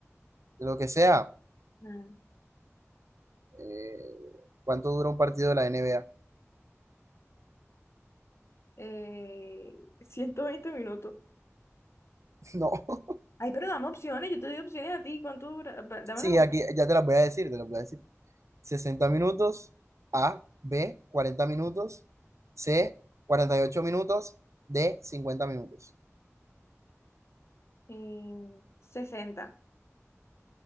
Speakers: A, on the right; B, on the left.
A: de lo que sea?
B: Ah,
A: Eh, ¿cuánto dura un partido de la NBA?
B: Eh, 120 minutos.
A: <laughs> No.
B: Ay, pero dame opciones, yo te doy opciones a ti. ¿Cuánto dura? Va, Dame
A: Sí,
B: las opciones.
A: aquí ya te las voy a decir, te las voy a decir. sesenta minutos, A, B, 40 minutos, C, 48 minutos, D, 50 minutos.
B: en sesenta